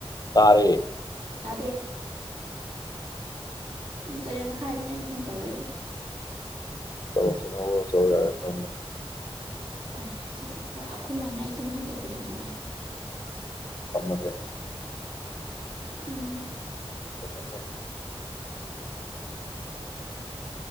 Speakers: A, on the left; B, on the right.
A: ꯇꯥꯔꯦ
B: ꯇꯗꯦ ꯎ ꯇꯔ ꯑꯃ ꯈꯥꯏꯗꯅ ꯐꯣꯟ ꯇꯧꯔꯛꯏꯁꯦ
A: ꯆꯠꯣ ꯆꯂꯣ ꯍ ꯆ ꯌꯥꯔꯦ ꯀ
B: ꯃꯄꯟꯒ ꯍꯥꯏꯁꯤꯅ ꯄꯨꯔꯥ ꯈꯨꯈ ꯃꯥꯅ ꯑꯩ ꯇꯨꯝ ꯍꯧꯗꯣꯛꯄꯗꯣ ꯅꯨꯡꯉꯥꯏꯔꯦ
A: ꯑꯃꯗꯦ
B: ꯎꯝ
A: ꯀꯃꯗꯣ